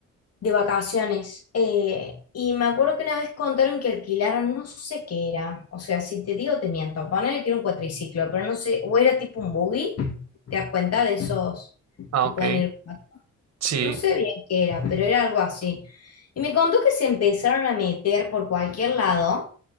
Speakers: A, on the left (about 55°); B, on the right (about 60°).
A: de vacaciones. Eh, y me acuerdo que una vez contaron que alquilaron, no sé qué era. O sea, si te digo, te miento. Poner que era un cuatriciclo, pero no sé, o era tipo un buggy. ¿Te das cuenta de esos
B: Ah,
A: que
B: ok.
A: pueden ir?
B: Sí.
A: No sé bien qué era, pero era algo así. Y me contó que se empezaron a meter por cualquier lado